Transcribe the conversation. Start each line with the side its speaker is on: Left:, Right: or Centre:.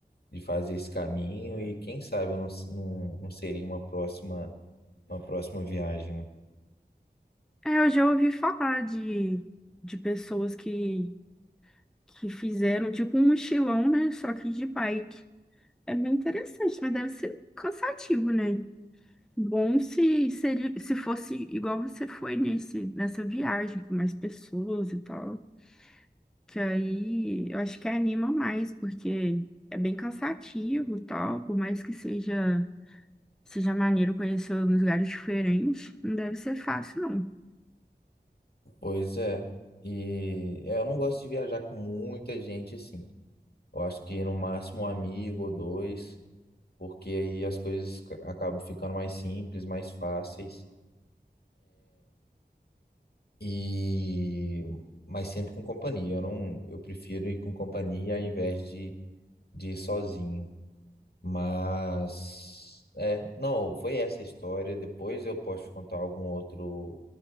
Left: de fazer esse caminho e quem sabe eu não, se- não, não seria uma próxima, uma próxima viagem, né?
Centre: É, eu já ouvi falar de, de pessoas que que fizeram tipo um mochilão, né? Só que de bike. É bem interessante, mas deve ser cansativo, né? Bom se seria, se fosse igual você foi nesse, nessa viagem com mais pessoas e tal. Que aí eu acho que anima mais, porque é bem cansativo e tal, por mais que seja, seja maneiro conhecer uns lugares diferentes, não deve ser fácil, não.
Left: Pois é. E é, eu não gosto de viajar com muita gente assim. Eu acho que no máximo um amigo ou dois. porque aí as coisas ca- acabam ficando mais simples, mais fáceis e mas sempre com companhia. Eu não, eu prefiro ir com companhia ao invés de, de ir sozinho. Mas é, não, foi essa a história. Depois eu posso te contar algum outro